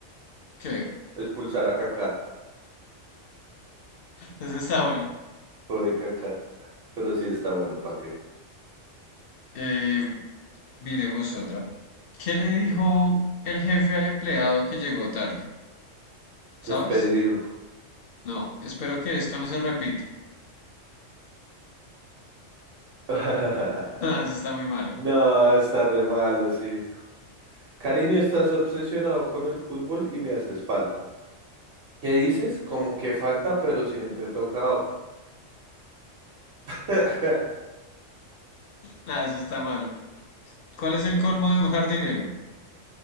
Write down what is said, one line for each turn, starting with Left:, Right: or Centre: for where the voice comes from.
Left: ¿Qué?
Right: Expulsar a Kaká.
Left: Eso está bueno.
Right: Pobre Kaká. Pero sí está bueno, ¿para qué?
Left: Eh, miremos otra. ¿Qué le dijo el jefe al empleado que llegó tarde? ¿Sabes?
Right: Despedido.
Left: No, espero que esto no se repita.
Right: <laughs>
Left: Nah, eso está muy malo.
Right: No, está re malo, sí. Cariño, estás obsesionado con el fútbol y me haces falta. ¿Qué dices? Como que falta, pero si no te he tocado. <laughs>
Left: Nah, eso está malo. ¿Cuál es el colmo de un jardinero?